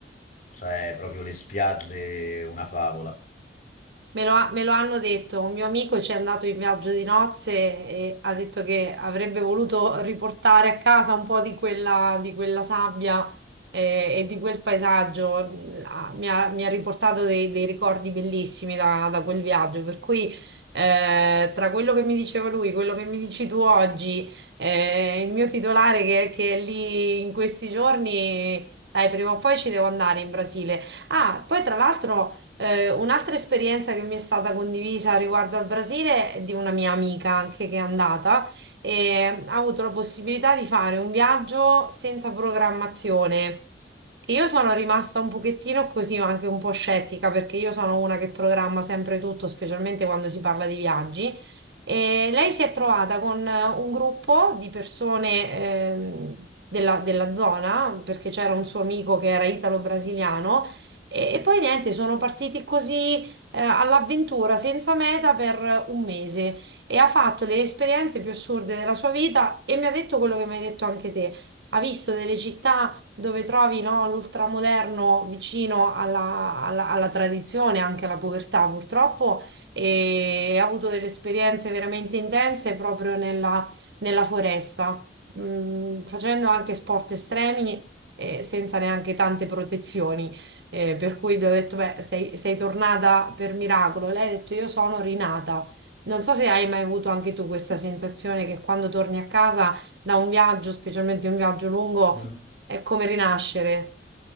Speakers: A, on the left (about 45°); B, on the right (about 70°).
A: Cioè, proprio le spiagge, una favola.
B: Me lo, ha- me lo hanno detto, un mio amico ci è andato in viaggio di nozze e ha detto che avrebbe voluto riportare a casa un po' di quella, di quella sabbia eh, e di quel paesaggio. Mm, ah, Mi ha, mi ha riportato dei, dei ricordi bellissimi da, da quel viaggio, per cui eh, tra quello che mi diceva lui, quello che mi dici tu oggi, eh, il mio titolare che, che è lì in questi giorni, dai, prima o poi ci devo andare in Brasile. Ah, poi tra l'altro... Eh, un'altra esperienza che mi è stata condivisa riguardo al Brasile è di una mia amica anche che è andata e ha avuto la possibilità di fare un viaggio senza programmazione. Che io sono rimasta un pochettino così, ma anche un po' scettica perché io sono una che programma sempre tutto, specialmente quando si parla di viaggi. E lei si è trovata con eh, un gruppo di persone ehm, della della zona, perché c'era un suo amico che era italo-brasiliano e, e poi niente, sono partiti così eh, all'avventura, senza meta, per un mese e ha fatto le esperienze più assurde della sua vita e mi ha detto quello che mi hai detto anche te. Ha visto delle città dove trovi, no, l'ultramoderno vicino alla, alla- alla tradizione, anche alla povertà purtroppo, e ha avuto delle esperienze veramente intense proprio nella, nella foresta, mm, facendo anche sport estremi e senza neanche tante protezioni. Eh, per cui gli ho detto, beh, sei, sei tornata per miracolo. E lei ha detto, io sono rinata. Non so se hai mai avuto anche tu questa sensazione che quando torni a casa da un viaggio, specialmente un viaggio lungo,
A: Non-
B: è come rinascere.